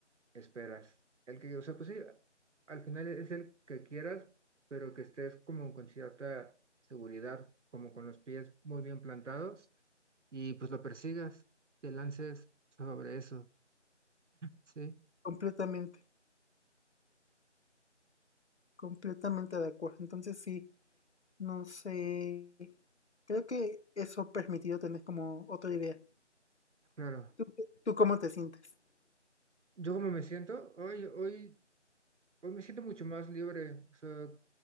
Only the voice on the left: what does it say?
Completamente, completamente de acuerdo. Entonces, sí, no sé. Creo que eso ha permitido tener como otra idea
¿Tú, tú cómo te sientes? <laughs>